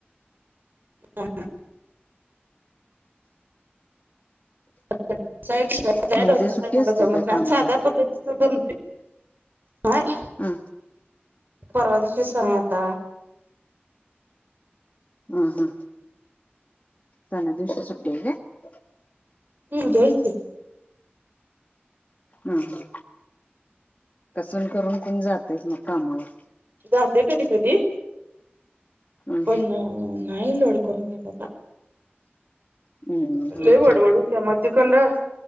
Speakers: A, on the right; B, on the left.
A: हा हा. अ
B: मग
A: डोसा
B: उद्या सुट्टी
A: <unintelligible> काय मला
B: असते
A: जमत
B: काय
A: नाही
B: कामाला
A: साध्या पद्धतीचा जमतोय <inaudible>
B: हा.
A: परवा दिवशी सण आता.
B: हा हा सणादिवशी सुट्टी आहे काय.
A: <inaudible>
B: हा हा कसून करून कोण जातंय की, नाही कामावर.
A: जाते कधी कधी
B: हम्
A: पण नाही लोड करून घेत आता.
B: हम्म होय
A: लय वडवड
B: की
A: होत्या मग तिकडं.